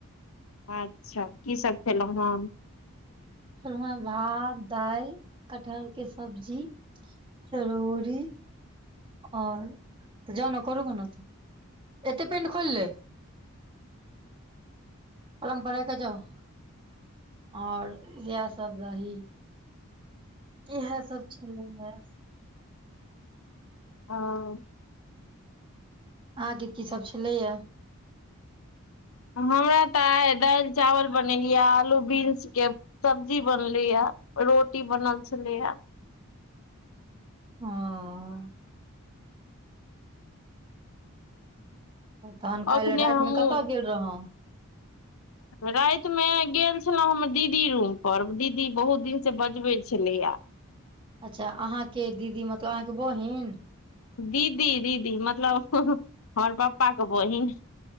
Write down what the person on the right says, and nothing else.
खेलौ हे भात दालि कटहर के सब्जी चरौरी आओर जाउ न करू ग न तऽ एते पेंट खोइल लै। पलंग पर राइखक जाउ <unintelligible> आओर इएह सब रही। इएहे सब छलै हे।
आहाँके की सब छलैया?
हँ तहन काइल
रातिमे
कतऽ गेल रहौ?
अच्छा अहाँके दीदी मतलब, अहाँके बहिन।